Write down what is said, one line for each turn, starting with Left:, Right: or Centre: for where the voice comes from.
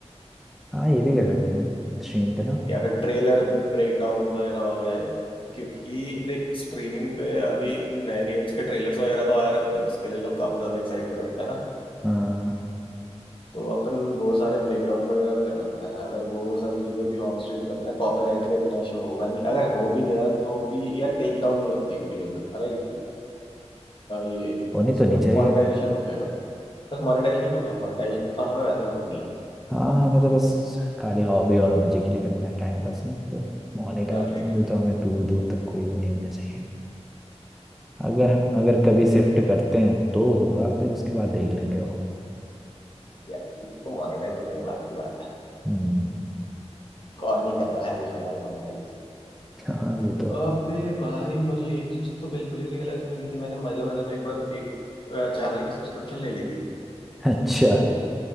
Centre: हाँ ये भी कर सकते हैं स्ट्रीम पे ना
Left: या फिर ट्रेलर ब्रेकडाउन वगैरह हो गए क्योंकि देख स्ट्रीमिंग पे अभी नए गेम्स के ट्रेलर्स वगैरह तो आ रहे होते हैं जिसके लिए लोग काफी ज्यादा एक्साइटेड होते हैं ना
Centre: हाँ
Left: तो अपन वो सारे ब्रेकडाउन वगैरह भी कर सकते हैं अगर वो सारी चीजें भी ऑन स्ट्रीम करता है कॉपीराइट का इतना इशू होगा नहीं अगर हो भी गया तो भी यार टेक डाउन नहीं होती वीडियो से राइट ये इन्फ्लुएंस
Centre: होनी तो नहीं
Left: पे
Centre: चाहिए
Left: मोनेटाइजेशन रुकेगा बस मोनेटाइजेशन रुकेगा मोनेटाइजेशन तो हमें वैसे मतलब नहीं है
Centre: हाँ हमें तो बस खाली हॉबी और मजे के लिए करना है टाइम पास ना तो मोनेटाइजेशन
Left: एग्जैक्टली
Centre: से तो हमें दूर दूर तक कोई वो नहीं होना चाहिए अगर हम अगर कभी शिफ्ट करते हैं तो होगा फिर उसके बाद देख लेंगे वो
Left: यार ये तो मोनेटाइज होने के बाद की बात है
Centre: हम्म
Left: कौन ही कर रहा है अभी फिलहाल मोनेटाइज
Centre: हाँ ये तो है
Left: अबे भाई मुझे एक चीज तो बिल्कुल ही रियलाइज नहीं की थी मैंने मजे मजे में एक बार एक चैनल की सब्सक्रिप्शन ले ली थी
Centre: अच्छा